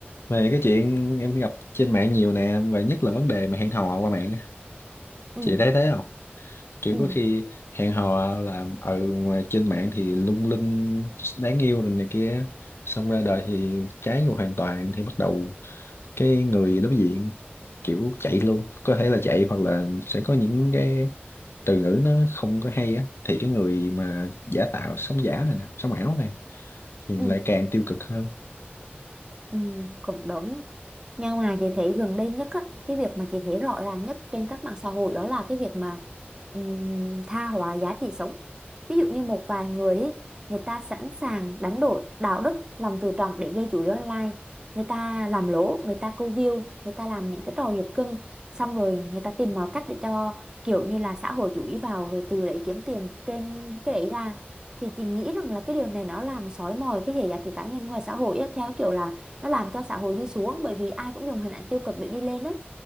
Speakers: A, on the left (about 80°); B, on the right (about 20°).
A: Về cái chuyện em gặp trên mạng nhiều nè, và nhất là vấn đề mà hẹn hò qua mạng. á.
B: ừ
A: Chị thấy thế không? Kiểu
B: ừ
A: có khi hẹn hò là ở trên mạng thì lung linh, đáng yêu rồi này kia. Xong ra đời thì trái ngược hoàn toàn thì bắt đầu cái người đối diện kiểu chạy luôn. Có thể là chạy hoặc là sẽ có những cái từ ngữ nó không có hay á. Thì cái người mà giả tạo, sống giả này nè, sống ảo này thì
B: ừ
A: lại càng tiêu cực hơn
B: Ừ, cũng đúng. Nhưng mà chị thấy gần đây nhất á, cái việc mà chị thấy rõ ràng nhất trên các mạng xã hội đó là cái việc mà ừm, tha hóa giá trị sống. Ví dụ như một vài người ý, người ta sẵn sàng đánh đổi đạo đức, lòng tự trọng để gây chú ý online. Người ta làm lỗ, người ta câu view, người ta làm những cái trò giật cưng, xong rồi người ta tìm mọi cách để cho kiểu như là xã hội chú ý vào rồi từ đấy kiếm tiền trên cái đấy ra. Thì chị nghĩ rằng là cái điều này nó làm xói mòn cái hệ giá trị cá nhân ngoài xã hội á, theo kiểu là nó làm cho xã hội đi xuống bởi vì ai cũng dùng hình ảnh tiêu cực để đi lên á